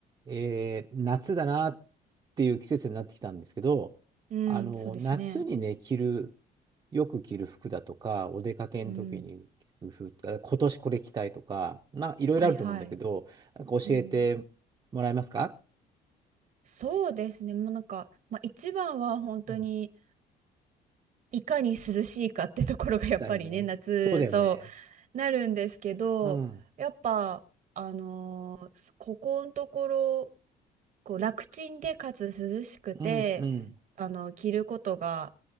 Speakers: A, on the right; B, on the right.
A: えー夏だなっていう季節になってきたんですけど、
B: うん、
A: あの、
B: そうですね。
A: 夏にね、着る、よく着る服だとか、お出かけの時に着る服とか、
B: うん。
A: 今年これ着たいとか、な、いろいろあると思うんだけど、
B: はいはい。
A: なんか教えて
B: うん。
A: もらえますか
B: そうですね。もうなんか、まあ、一番は本当に
A: うん
B: いかに涼しいかってところがやっぱりね、
A: だよね。
B: 夏、
A: そうだよね。
B: そう、なるんですけど、
A: うん。
B: やっぱ、あのーここのところ、こう楽ちんでかつ涼しくて、
A: うんうん。
B: あの、着ることが、